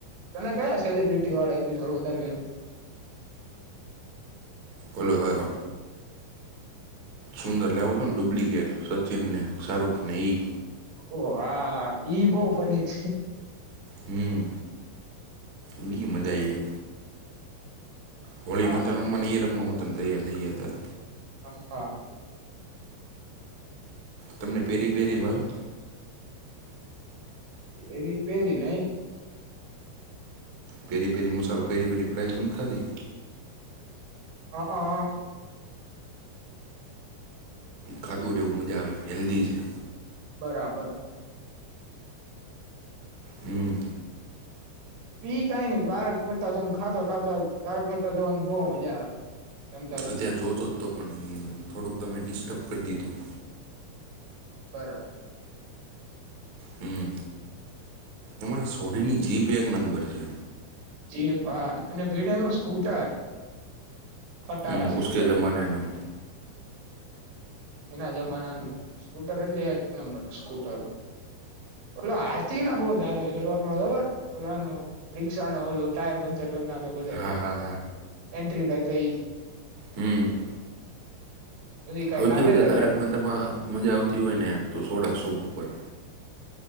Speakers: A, on the right; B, on the right.
A: તને કયા સેલિબ્રિટી વાળા એપિસોડ વધારે
B: ઓલો હય હો સુંદર લેવું ને ડુપ્લિકેટ સચિનને શાહરૂખને ઈ
A: ઓ હા હા ઈ બહુ ફની છે
B: હમ ઓલી મજા આવી હોળી
A: હા
B: નો તો રમ નની રમ હોત ખમ તૈયાર થઈ જ હતા
A: હ હા
B: તમને પેરી પેરી ભાવે
A: પેરી પેરી નઈ
B: પેરી ફેરી મસાલો પેરી પહેલી પ્રાયઝ નથી ખાધી?
A: હક.
B: ખાતું રેવું, મજા આવે, હેલ્ધી છે.
A: બરાબર.
B: હમ્મ.
A: બી કઈ નઈ તારક મહેતા જોન ખાતો ખાતા તારક મહેતા જોવન બવ મજા આવે. જમતા જમતા
B: અત્યારે જોતો જ તો પણ થોડુંક તમે ડિસ્ટર્બ કરી દીધું.
A: બરાબર.
B: હમ્મ અમના સોડીની જીપ એક નંબર છે.
A: જીપ હા અને ભીડે નું સ્કૂટર ખટારા
B: હમ્મ
A: સ્કૂટર
B: ઉસકે જમાનેનું
A: એના જમાનાનું સ્કૂટર એટલે એક નંબર સ્કૂટર ઓલો હાથી ના બઉ દાંત આવે શરૂઆતમાં ખબર ઓલાનું રિક ક્ષા નો ઓલુ ટાયર પંચર ઢોર નાંખે બધાય
B: હા હા
A: એન્ટ્રી થાય <unintelligible>
B: હમ્મ
A: પછી કઈ
B: આવતી
A: કાઢે
B: હોય તો
A: છે
B: તારકમાંતામાં મજા આવતી હોય ને તો સોડાશું ઉપર.